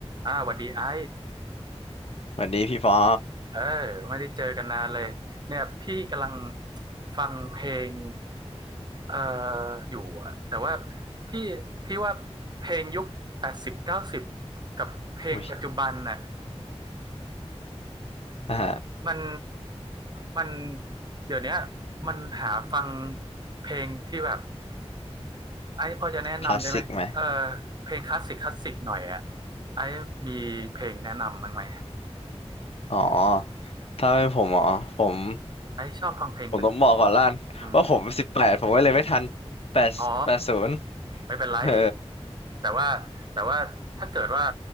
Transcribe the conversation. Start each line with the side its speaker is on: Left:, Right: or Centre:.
Right: อ่าหวัดดีไอ้
Left: สวัสดีพี่ปอ
Right: เออไม่ได้เจอกันนานเลยเนี่ยพี่กำลังฟังเพลงเอ่ออยู่อะแต่ว่าพี่พี่ว่าเพลงยุคแปดสิบเก้าสิบกับเพลงปัจจุบันน่ะ
Left: อุ้ย <laughs> อ่าฮะ
Right: มันมันเดี๋ยวเนี้ยมันหาฟังเพลงที่แบบไอ้พอจะแนะนำได้ไหมเออ
Left: คลาสสิกไหม
Right: เพลงคลาสสิกคลาสสิกหน่อยอะไอ้มีเพลงแนะนำมั้างไหม
Left: อ๋อถ้าเป็นผมอ๋อผม
Right: ไอ้ชอบฟังเพลงเป็น
Left: ผมต้องบอกก่อนล้านว่าผมสิบแปดผมก็เลยไม่ทันแปดแปดศูนย์
Right: อืมอ๋อไม่เป็นไร
Left: เออ
Right: แต่ว่าแต่ว่าถ้าเกิดว่า